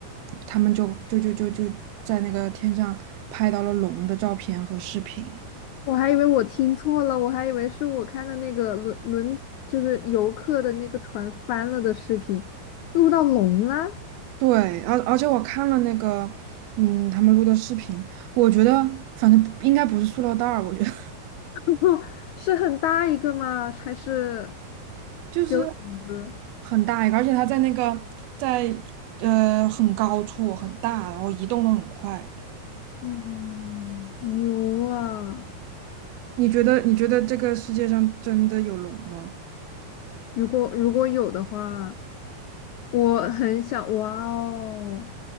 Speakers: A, on the right; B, on the left.
A: 他们就就就就就在那个天上拍到了龙的照片和视频。
B: 我还以为我听错了，我还以为是我看的那个轮轮，就是游客的那个船翻了的视频，录到龙啦，
A: 对，而而且我看了那个，嗯，他们录的视频，我觉得反正应该不是塑料袋儿，我觉得
B: <laughs> 哦，是很大一个吗？还是
A: <laughs> 就是
B: 只有影子？
A: 很大一个，而且它在那个在呃很高处很大，然后移动的很快。
B: 嗯，牛啊！
A: 你觉得你觉得这个世界上真的有龙吗？
B: 如果如果有的话，我很想，哇哦！